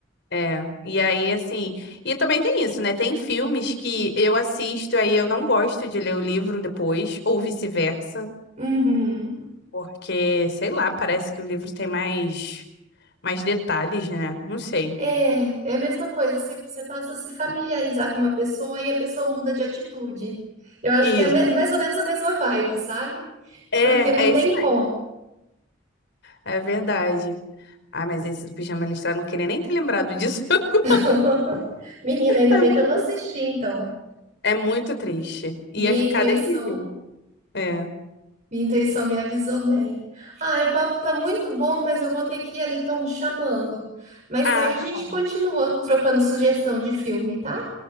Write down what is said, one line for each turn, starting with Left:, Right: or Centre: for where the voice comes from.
Left: É, e aí, assim, e também tem isso, né? Tem filmes que eu assisto, aí eu não gosto de ler o livro depois, ou vice-versa.
Right: Uhum.
Left: Porque, sei lá, parece que o livro tem mais, mais detalhes, né? Não sei.
Right: É, é a mesma coisa, você, você passa a se familiarizar com uma pessoa e a pessoa muda de atitude. Eu acho
Left: Isso.
Right: que é me- mais ou menos a mesma vibe, sabe?
Left: É,
Right: Porque não
Left: é
Right: tem
Left: isso mesmo.
Right: como.
Left: É verdade. Ai, mas esse do pijama listrado, não queria nem ter lembrado disso <laughs> agora.
Right: <laughs> Menina, ainda
Left: É
Right: bem
Left: muito,
Right: que eu não assisti, então.
Left: é muito triste. Ia
Right: Minha
Left: ficar
Right: intuição,
Left: desse jeito. É.
Right: minha intuição me avisou bem. Ah, o papo tá muito bom, mas eu vou ter que ir ali que estão me chamando. Mais
Left: Ah,
Right: tarde a gente
Left: tá bom.
Right: continua trocando sugestão de filme, tá?